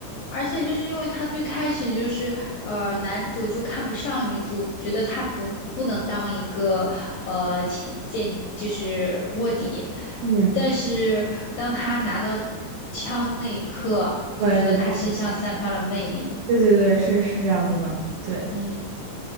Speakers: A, on the left; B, on the right.
A: 而且就是因为她最开始就是，呃，男主就看不上女主，觉得她不不能当一个呃起间就是卧底。
B: 嗯，
A: 但是当她拿到枪那一刻，
B: 对对对
A: 就觉得她身上散发了魅力。
B: 对对对，是是这样子的。对，
A: 嗯，